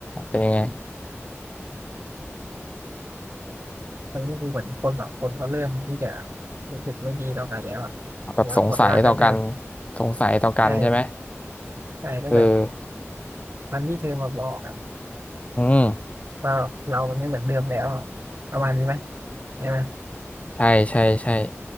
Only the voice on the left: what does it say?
เป็นยังไง
แบบสงสัยต่อกันสงสัยต่อกันใช่ไหม
เออ
อืม
ใช่ใช่ใช่